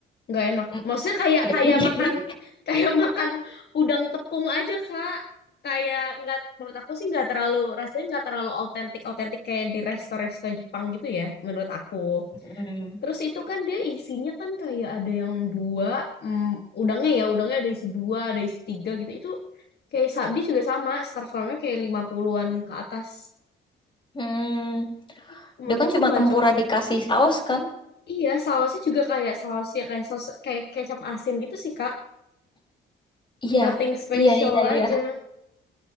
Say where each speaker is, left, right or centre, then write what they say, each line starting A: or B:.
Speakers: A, on the left; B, on the left.
A: nggak enak
B: Mm,
A: maksudnya kayak
B: iya,
A: kayak
B: <laughs> iya.
A: makan <laughs> kayak makan udang tepung aja kak kayak nggak menurut aku sih nggak terlalu rasanya nggak terlalu autentik autentik kayak di resto-resto Jepang gitu ya menurut aku
B: Hmm.
A: terus itu kan dia isinya kan kayak ada yang dua mm, udangnya ya udangnya ada isi dua ada isi tiga gitu itu kayak sabdi juga sama star farmnya kayak 50-an ke atas
B: Hmm.
A: jadi menurut
B: Dia kan
A: aku
B: cuma
A: nggak
B: tempura
A: cocok
B: dikasih saus kan?
A: iya sausnya juga kayak sausnya kayak saus kayak kecap asin gitu sih kak
B: Iya.
A: nothing special
B: Iya, iya,
A: aja.
B: iya.